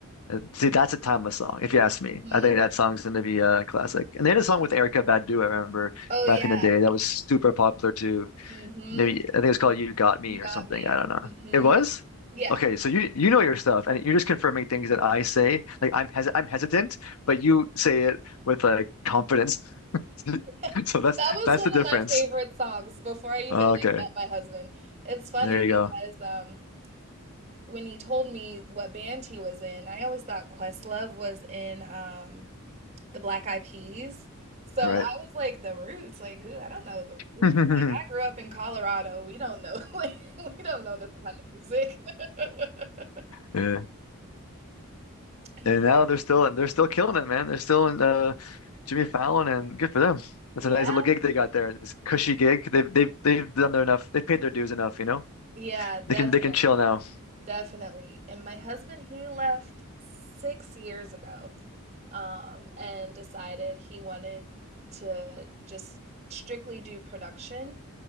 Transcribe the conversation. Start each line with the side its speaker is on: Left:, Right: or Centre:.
Left: Uh, See, that's a timeless song, if you ask
Right: Mhm.
Left: me. I think that song's going to be a classic. And they had a song with Erica Badu, I remember
Right: Oh,
Left: back
Right: yeah.
Left: in the day, that was super popular too.
Right: Mhm.
Left: Maybe I think it was called You Got Me
Right: You got
Left: or something.
Right: me.
Left: I don't know.
Right: Mhm.
Left: It was?
Right: Yeah.
Left: Okay, so you you know your stuff and you're just confirming things that I say. Like I'm hes I'm hesitant, but you say it with like confidence. <laughs>
Right: <laughs> That
Left: So that's
Right: was
Left: that's
Right: one
Left: the
Right: of
Left: difference.
Right: my favorite songs before I even,
Left: Okay.
Right: like, met my husband. It's funny
Left: There
Right: because,
Left: you go.
Right: um, when he told me what band he was in, I always thought Questlove was in, um the Black Eyed Peas. So
Left: Right.
Right: I was like, the Roots, like who? I don't know the Roots.
Left: <laughs>
Right: Like I grew up in Colorado. We don't know, <laughs> like we don't know this kind of music. <laughs>
Left: Yeah.
Right: Yeah,
Left: And now they're still they're still killing it, man. They're still in uh, Jimmy Fallon, and good for them. That's
Right: yeah,
Left: a nice little gig they got there. This cushy gig. They've they've they've done their enough. They've paid their dues enough. You know,
Right: yeah, definitely,
Left: they can they can chill now.
Right: definitely. And my husband, he left six years ago, um, and decided he wanted to just strictly do production,